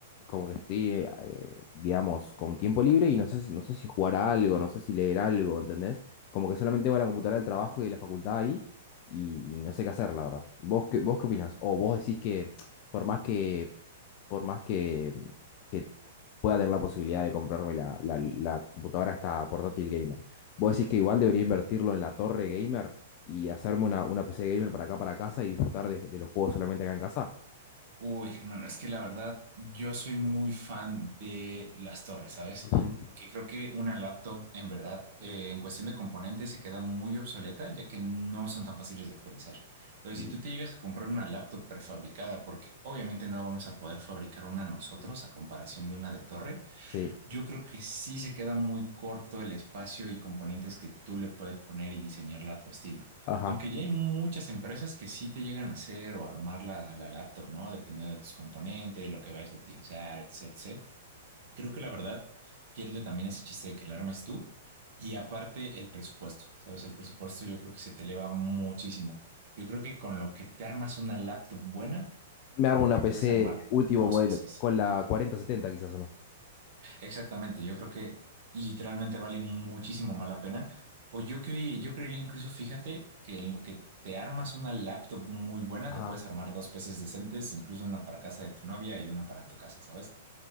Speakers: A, on the left; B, on the right.
A: como que estoy, eh, digamos, con tiempo libre y no sé si, no sé si jugar a algo, no sé si leer algo, ¿entendés? Como que solamente va a la computadora del trabajo y de la facultad ahí y, y no sé qué hacer, la verdad. ¿Vos qué, vos qué opinás? O vos decís que por más que, por más que, que pueda tener la posibilidad de comprarme la, la, la computadora esta portátil gamer, vos decís que igual debería invertirlo en la torre gamer y hacerme una, una PC gamer para acá, para casa y disfrutar de, de los juegos solamente acá en casa.
B: Uy, hermano, es que la verdad, yo soy muy fan de las torres, ¿sabes?
A: Ujú.
B: Porque creo que una laptop, en verdad, eh, en cuestión de componentes, se queda muy obsoleta, ya que no son tan fáciles de actualizar. Entonces,
A: Y
B: si tú te llegas a comprar una laptop prefabricada, porque obviamente no vamos a poder fabricar una nosotros
A: ujú.
B: a comparación de una de torre,
A: sí,
B: yo creo que sí se queda muy corto el espacio y componentes que tú le puedes poner y diseñarla a tu estilo.
A: ajá.
B: Aunque ya hay muchas empresas que sí te llegan a hacer o armar la, la laptop, ¿no? Dependiendo de tus componentes, lo que vayas a utilizar, etcétera. etc. Creo que la verdad pierde también ese chiste de que la armes tú y aparte el presupuesto, ¿sabes? El presupuesto yo creo que se te eleva muchísimo. Yo creo que con lo que te armas una laptop buena,
A: Me armo una
B: te
A: PC
B: puedes armar
A: último
B: dos
A: modelo,
B: PCs.
A: con la cuarenta setenta quizás o no.
B: Exactamente, yo creo que literalmente vale muchísimo más la pena. O yo cre- yo creería incluso, fíjate, que en lo que te armas una laptop muy buena,
A: Ajá.
B: te puedes armar dos peces decentes, incluso una para casa de tu novia y una para tu casa, ¿sabes?